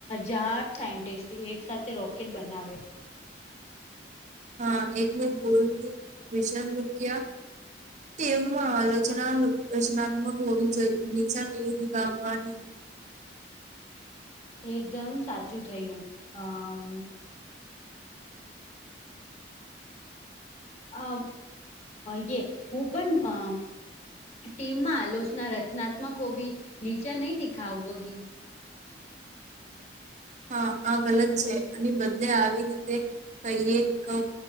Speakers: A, on the left; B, on the right.
A: હજાર સાયન્ટિસ્ટ એક સાથે રોકેટ બનાવે
B: હા એક બો વિષદ રૃપિયા એમ આ રચના રચનાત્મક હોવી જ નિચ ગવાની
A: એકદમ સાચું થયું અમ અ ય હું પણ અ ટીમમાં આલોચના રચનાત્મક હોવી નીચે નહી દેખાવગી
B: હા આ ભલ જ છે, અને બદલે આવી રીતે કહીએ કહો